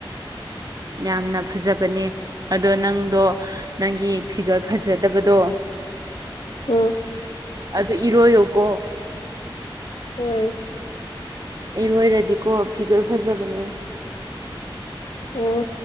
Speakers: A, on the right (about 45°); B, on the left (about 80°).
A: ꯌꯥꯝꯅ ꯐꯖꯕꯅꯦ ꯑꯗꯣ ꯅꯪꯗꯣ ꯅꯪꯒꯤ ꯐꯤꯒꯔ ꯐꯖꯗꯕꯗꯣ
B: ꯑꯝ
A: ꯑꯗꯨ ꯏꯔꯣꯏ ꯌꯨꯀꯣ
B: ꯍꯣꯏ
A: ꯏꯔꯣꯏꯔꯗꯤꯀꯣ ꯐꯤꯒꯔ ꯐꯖꯕꯅꯦ
B: ꯑꯣ